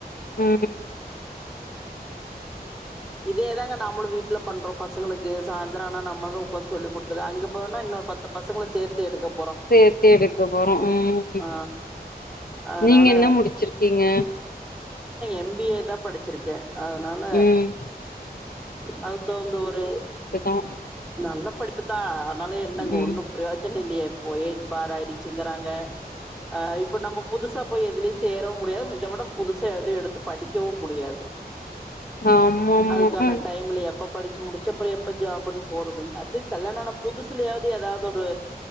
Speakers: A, on the left; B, in the centre.
A: உம்
B: இதேதாங்க நாமலும் வீட்டுல பண்றோம் பசங்களுக்கு சாயந்ரம் ஆனா நம்மதான் உட்காந்து சொல்லி கொடுத் குரோம் அங்க போனா இன்னொரு பத்து பசங்க சேத்து எடுக்கத்து
A: சேர்த்தே எடுக்க போறோம் உம்
B: ஆ அதனால
A: நீங்க என்ன முடிச்சிருக்கீங்க
B: எம்பிஏ தா படிச்சிருக்கே அதனால
A: ம்
B: அதுக்கு தகுந்த ஒரு
A: ஆ
B: நல்ல படிப்புதா ஆனாலு என்னங்க
A: ம்
B: ஒன்னு பிரயோஜன இல்லியே ப்போ ஏஜ் பார் ஆயிடுச்சுங்கிறாங்க ஆஹ் இப்ப நம்ம புதுசா போய் எதுலயு சேரவு முடியாது இதவிட புதுசா எதுவு எடுத்து படிக்கவு முடியாது
A: ஆமா ஆமா
B: அதுக்கான
A: ம்
B: டைம்ல எப்ப படிச் சு முடிச்சு அப்றோ எப்ப ஜாப்னு போறதுங் அட்லீஸ்ட் கல்யாண ஆன புதுசிலயாவது ஏதாவது ஒரு